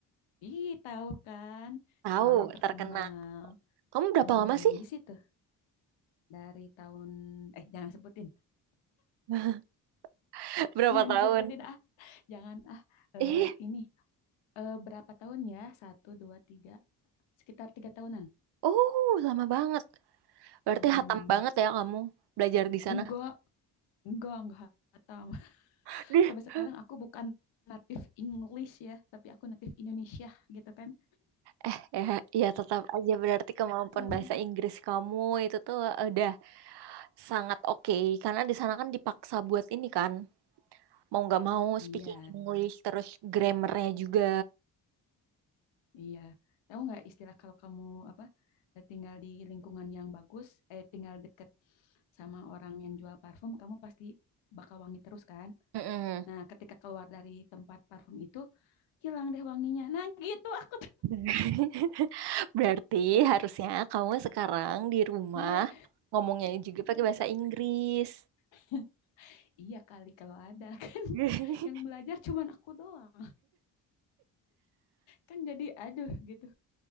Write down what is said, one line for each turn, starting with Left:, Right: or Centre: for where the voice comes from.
Left: ih tahu kan,
Right: Tahu,
Left: sekolahnya terkenal.
Right: terkenal. Kamu berapa
Left: Mm-mm,
Right: lama sih?
Left: Di situ dari tahun, eh jangan sebutin, <laughs>
Right: <laughs> Berapa
Left: jangan
Right: tahun?
Left: disebutin ah, jangan ah, Eh,
Right: Eh,
Left: ini eh, berapa tahun ya? Satu, dua, tiga, sekitar tiga tahunan.
Right: oh, lama banget. Berarti
Left: Mm-mm.
Right: hatam banget ya kamu belajar di sana.
Left: Enggak, enggak, enggak hatam. <laughs>
Right: <laughs>
Left: Sampai sekarang aku bukan native English ya, tapi aku native Indonesia gitu kan.
Right: Eh, ya, ya tetap aja berarti kemampuan
Left: Apa?
Right: bahasa Inggris kamu itu tuh eh, udah sangat oke karena di sana kan dipaksa buat ini kan mau nggak mau
Left: Iya,
Right: speaking English terus grammarnya juga.
Left: iya. Tahu nggak istilah kalau kamu apa eh, tinggal di lingkungan yang bagus, eh tinggal deket sama orang yang jual parfum, kamu pasti bakal wangi terus kan?
Right: Mm-mm.
Left: Nah, ketika keluar dari tempat parfum itu, hilang deh wanginya. Nah, gitu. ah.
Right: <laughs> Berarti harusnya kamu sekarang di rumah
Left: Iya.
Right: ngomongnya juga pakai bahasa Inggris.
Left: <laughs> Iya kali kalau ada <laughs> kan.
Right: <laughs>
Left: Yang belajar cuman aku doang. kan jadi aduh gitu